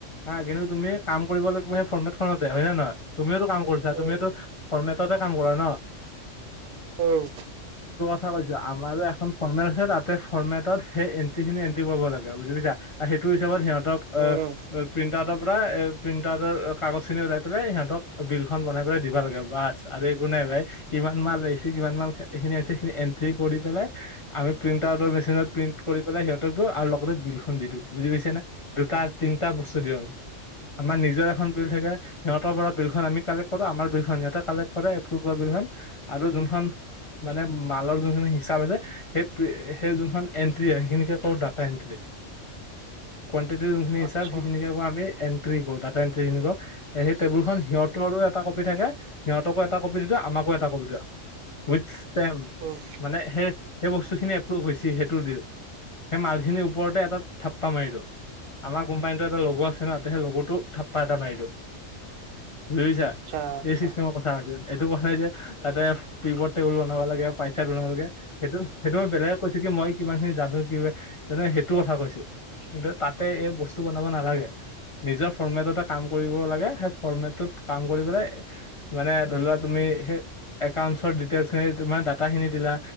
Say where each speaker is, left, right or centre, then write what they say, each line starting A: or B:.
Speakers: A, on the left; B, on the right.
A: হা, কিন্তু তুমি কাম কৰিব লাগিব সেই ফৰ্মেটখনতে হয় নে নহয় তুমিওটো কাম কৰিছা,
B: উম
A: তুমিওটো ফৰ্মেটতে কাম কৰা ন।
B: উম
A: থা কৈছো, আমাৰো এখন ফৰ্মেট আছে তাতে ফৰ্মেটত সেই এন্ট্ৰি খিনি এণ্ট্ৰি কৰিব লাগে বুজি পাইছা। আৰু সেইটো হিচাপত সিহঁতক আঁহ
B: উম
A: প্ৰিণ্ট আউত পৰাই এ প্ৰিণ্টাৰটৰ কাগজ খিনি ওলাই পেলাই সিহঁতক বিল খন বনাই পেলাই দিবা লাগে বাচ আৰু একো নাই ভা, ‌ ইমান মাল আহি কিমান মাল এই খিনি যিখিনি এন ণ্টি কৰি পেলাই আমি প্ৰিন্ট আউটৰ মেচিনত প্ৰিন্ট কৰি পেলাই সিহঁতক দিওঁ, আৰু লগতে বিলখন দি দিওঁ। বুজি পাইছা না, দুটা তিনিটা বস্তু দিওঁ আৰু। আমাৰ নিজৰ এখন বিল থাকে সিহঁতৰ পৰা বিলখন আমি কালেক্ট কৰো, আমাৰ বিলখন সিহঁতে কালেক্ট কৰে। টো পৰা বিলখন, আৰু যোনখন মানে মাত যোনি খিনি হিচাপ আছে, সেই সেই যোনখন এন্ট্ৰি হয় সেইখিনিকে তোৰ ডাটা এন্ট্ৰী। কোৱান্তিটি যোনখিনি
B: আচ্ছা
A: হিচাপ, সেইখিনিক আমি এন্ট্ৰি কৰো, ডাটা এন্ট্ৰিখিনি কওঁ। সেই টেবুলখন সিহঁতৰো এটা কপি থাকে, সিহঁতকো এটা কপি দি দিওঁ, আমাকো এটা কপি দিয়ে। উইথ ষ্টেম,
B: উম
A: মানে সেই সেই বস্তুখিনি এপ্ৰুভ হৈছে সেইটো দিওঁ। সেই মালখিনিৰ ওপৰতে এটা থাপ্পা মাৰি দিওঁ।। আমাৰ কোম্পানীতো এটা লগৰ আছে ন, তে সেই লগটো থাপ্পা এটা মাৰি দিওঁ। বুজিছা
B: আচ্ছা আচ্ছা
A: এই চিষ্টেমৰ চাৰজেৰ্ছ এইটো কোৱা নাই যে তাতে পিপৰ তেউল বনাব লাগে। চেত বনোৱা মানুহ যে, সেইটো সেইটো বেলেগে কৈছো কি মই কিমান খিনি জানো কি তেনে সেইটো কথা কৈছো। কিন্তু তাতে এই বস্তু বনাব নালাগে। নিজৰ ফৰ্মেটতে কাম কৰিব লাগে, সেই ফৰ্মেটটোত কাম কৰি পেলাই মানে ধৰি লোৱা তুমি সেই একাউন্টচৰ ডিটেইলচ খিনি তোমাৰ দা তা খিনি দিলা,